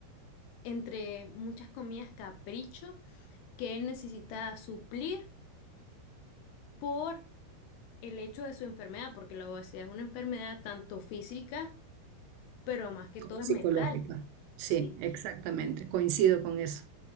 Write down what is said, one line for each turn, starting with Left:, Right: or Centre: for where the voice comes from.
Left: entre muchas comillas capricho que él necesita suplir por el hecho de su enfermedad, porque la obesidad es una enfermedad tanto física, pero más que
Right: como
Left: todo es
Right: psicológica.
Left: mental.
Right: Sí,
Left: Sí.
Right: exactamente, coincido con eso.